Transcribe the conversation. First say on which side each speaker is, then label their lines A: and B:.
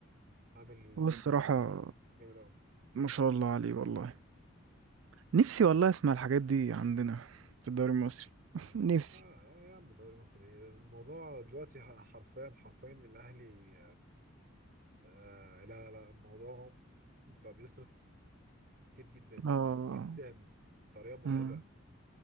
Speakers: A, on the right; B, on the right.
A: عامل
B: هو الصراحة
A: جامد قوي
B: ما شاء الله عليه والله نفسي والله اسمع الحاجات دي عندنا في الدوري المصري <laughs> نفسي
A: اه آه يا عم دوري مصر ايه الموضوع دلوقتي ح- حرفيا حرفيا الاهلي آه لا لا الموضوع بقى بيصرف كتير جدا
B: اه
A: جدا بطريقه مرعبه
B: مم.